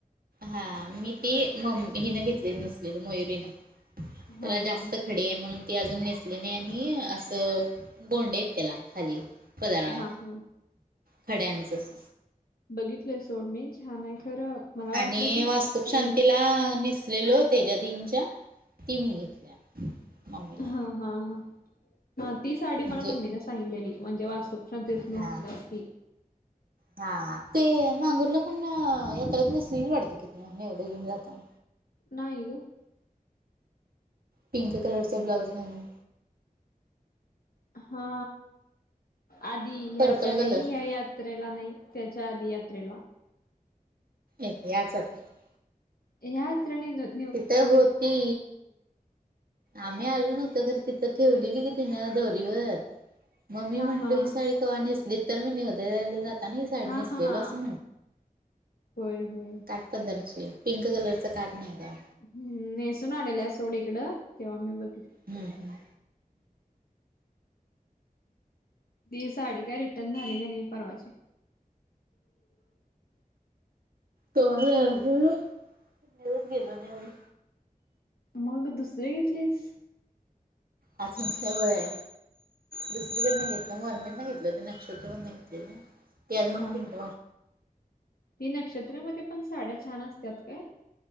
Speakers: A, on the right; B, on the left.
A: हा मी ती म्म हिन घेतलेली नसलेली मयुरीनं.
B: हा
A: त्याला जास्त
B: हा
A: खडी आहे म्हणून ती अजून नेसली नाहीये मी असं गोंडेे आहेत त्याला खाली. पदराला
B: हा हा
A: खड्यांचं अस.
B: बघितलंय सोड मी छान आहे. खरं मला वाटलं
A: आणि
B: की
A: वास्तुप
B: ते
A: शांतीला नेसलेलो तेजा दिनच्या ती मी घेतल्या मम्मीला.
B: अ हा. हा ती साडी मला
A: म्हणजे
B: मम्मीने सांगितलेली म्हणजे वास्तुक शांतीस नेसली
A: हा
B: असती.
A: हा ते मांगुरला पण यात्रेत नसलेली वाटते कि ते <unintelligible> घेऊन जाता.
B: नाही ग.
A: पिंक कलरचं ब्लाउज घालून.
B: हा आधी ह्याच्या
A: पर्पल
B: नाही
A: कलर
B: ह्या यात त्रेला नाहीत त्याच्या आधी यात्रेला.
A: एक याचं. <unintelligible>
B: ह्या यात्रे. <unintelligible>
A: तिथं होती. आम्ही आलो नव्हतो तरी तिथं ठेवलेली ग तिन दोरीवर. मम्मी
B: हा
A: म्हणली
B: हा
A: ही साडी कवा नसली तर मी. <unintelligible>
B: हा
A: नेसलेलो
B: हा
A: असं
B: होय होय.
A: काट पदरची पिंक कलरच काट नाही का.
B: हम्म नेसून आलेल्या सोड इकडं तेव्हा मी बघितलं.
A: हम्म हम्म
B: ती साडी काय रिटर्न झाली का नाही परवाची? <inaudible>
A: तू आला असेल ना? घ्यायला गेलो नाही अजून
B: मग दुसरी घेतलीस.
A: आज तुमचा वेळ ये. दुसरीकडन घेतलं म्हर ना घेतलं ते नक्षत्र घेतले ते अजून
B: हा
A: म
B: हा
A: पिंट
B: ती नंक्षत्र मध्ये पण साड्या छान असत्यात काय.